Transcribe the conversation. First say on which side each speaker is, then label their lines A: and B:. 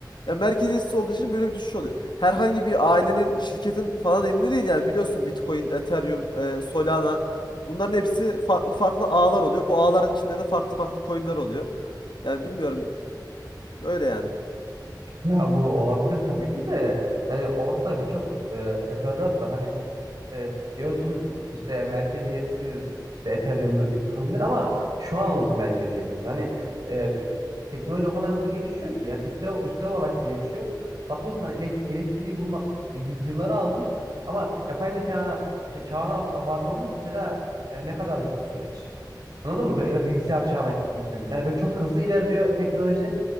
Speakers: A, on the left; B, on the right.
A: ya merkeziyetsiz olduğu için böyle bir düşüş oluyor. Herhangi bir ailenin, şirketin falan elinde değil yani biliyorsun Bitcoin, Ethereum, e, Solana bunların hepsi farklı farklı ağlar oluyor. Bu ağların içinde de farklı farklı coin'ler oluyor. Yani bilmiyorum öyle yani.
B: Ya bu olabilir tabii ki de hani orada da birçok e, teferruat var. Hani e, diyorsun işte merkeziyetsiz işte Ethereum'dur Bitcoin'dir ama şu anlık merkeziyetsiz. Hani e, tü- teknoloji o kadar hızlı gelişiyor ki yani üste, üste olarak gelişiyor. Bakıyorsun hani elekt- elektriği bulmak yüzyılları almış ama yapay zekana ça- çağına varmamız mesela e, ne kadarlık bir süreç. Anladın mı? Böyle ya da bilgisayar çağına gitmemiz. Hani böyle çok hızlı ilerliyor teknoloji.